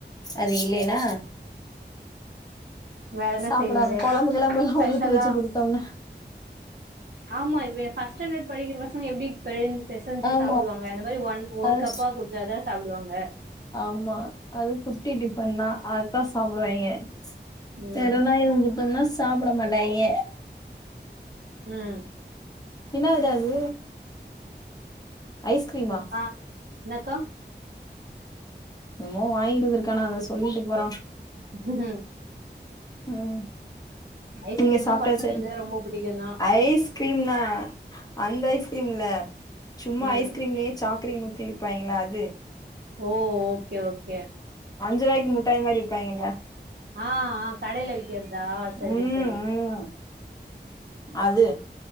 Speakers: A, on the left; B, on the right.
A: அது இல்லேன்னா
B: வேற என்ன
A: சாப்டாம
B: செய்வீங்க
A: கொழம்பு கிழம்புல்லா
B: ஸ்பெஷலா
A: ஊத்தி வச்சு குடுத்தோம்னா
B: ஆமா இவ் ஃபஸ்ட் ஸ்டாண்டர்ட் படிக்கிற பசங்க எப்டி பெனைந்து பெச சஞ்சு
A: ஆமா
B: சாப்டுவாங்க இந்த மாரி ஒன் ஒரு
A: அது
B: கப்பா குடுத்தாதா சாப்டுவாங்க
A: ஆமா அது குட்டி டிஃபன்தா அதுதா சாப்புடுவாய்ங்க
B: ம்
A: வேறல்லா எதும் குடுத்தம்னா சாப்டமாட்டாய்ங்க
B: ம்
A: என்ன விடாது ஐஸ்க்ரீமா
B: ஆ என்னாக்கா
A: என்னமோ வாங்கிட்டு வந்துருக்கானா அத சொல்லிட்டு போறா
B: ஹம்ஹம்
A: ம்,
B: ஐஸ்கிரீம்னா
A: நீங்க சாப்ட்டா
B: பசங்களுக்குதா
A: சரி
B: ரொம்ப புடிக்குந்தா
A: ஐஸ் க்ரீம்னா அந்த ஐஸ்க்ரீம் இல்ல சும்மா
B: ம்
A: ஐஸ்க்ரீம்லே சாக்ரீம் ஊத்தி விப்பாங்கில அது
B: ஓ ஓகே ஓகே
A: அஞ்சு ரூபாய்க்கு முட்டாய் மாரி விப்பாங்களா
B: ஆ ஆ கடையில விக்கிறதா சரி
A: ம்
B: சரி
A: ம் அது